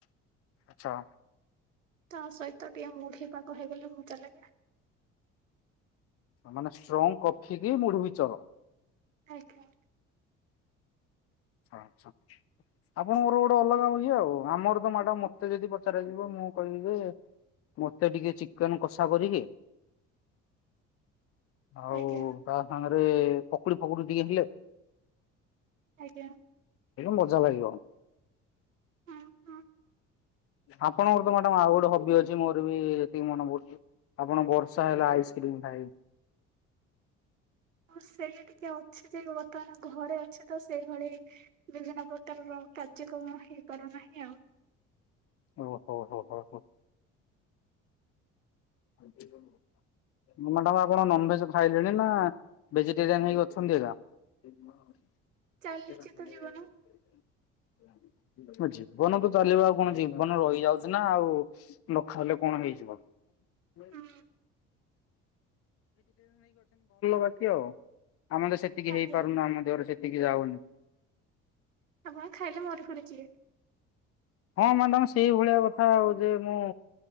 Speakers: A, on the left (about 35°); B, on the right (about 80°).
A: ଆଚ୍ଛା।
B: ତା ସହିତ ଟିକେ ମୁଢ଼ି ପାଗ ହେଇଗଲେ ମଜା ଲାଗେ।
A: ମାନେ ଷ୍ଟ୍ରଙ୍ଗ କଫି କି ମୁଢ଼ି‌ ମିକ୍ସଚର।
B: ଆଜ୍ଞା।
A: ହଁ <unintelligible> ଆପଣଙ୍କର ଗୋଟେ ଅଲଗା ହୁଏ ଆଉ ଆମର ତ ମ୍ୟାଡା଼ମ ମତେ ଯଦି ପଚାର ଯିବ ମୁଁ କହିବି ଯେ ମତେ ଟିକେ ଚିକେନ୍ କଷା କରିକି ଆଉ
B: ଆଜ୍ଞା
A: ତା ସାଙ୍ଗରେ ପକୁଡ଼ି ଫକୁଡ଼ି ଟିକେ ହେଲେ
B: ଆଜ୍ଞା।
A: ମଜା ଲାଗିବ।
B: ହୁଁ ହୁଁ
A: ଆପଣଙ୍କର ତ ମ୍ୟାଡା଼ମ ଆଉ ଗୋଟେ ହବି ଅଛି ମୋର ବି ଯେତିକି ମନେ ପଡୁଛି। ଆପଣ ବର୍ଷା ହେଲେ ଆଇସ୍କ୍ରିମ୍ ଖାଇ
B: ହଁ ସେଇଟା ଟିକେ ଅଛି ଯେ ବର୍ତ୍ତମାନ ଘରେ ଅଛି। ତ ସେଇଭଳି ବିଭିନ୍ନ ପ୍ରକାରର କାର୍ଯ୍ୟକ୍ରମ ହେଇପାରୁନାହିଁ ଆଉ।
A: ଓ ହୋ ହୋ। ଓ ହୋ। <unintelligible> ମ୍ୟାଡ଼ାମ୍ ଆପଣ ନନଭେଜ୍ ଖାଇଲେଣି ନା ଭେଜିଟେରିଆନ୍ ହେଇକି ଅଛନ୍ତି? <unintelligible> <unintelligible>
B: ଚାଲିଛି ତ ଜୀବନ
A: ହଁ ଜୀବନ ତ ଚାଲିବା ଆଉ କଣ ଜୀବନ ରହିଯାଉଛି ନା ଆଉ। ନଖାହଲେ କଣ ହେଇଯିବ? <unintelligible>
B: ହୁଁ
A: ବାକି ଆଉ ଆମ ତ ସେତିକି
B: ଆଜ୍ଞା
A: ହେଇପାରୁନ ଆମ ଦେହରେ ସେକି ଟିକି ଯାଉନି।
B: ଆପଣ ଖାଇଲେ ମରି ଫୁଛିିବେ।
A: ହଁ ମ୍ୟାଡାମ ସେଇଭଳିଆ କଥା ଆଉ। ଯେ ମୁଁ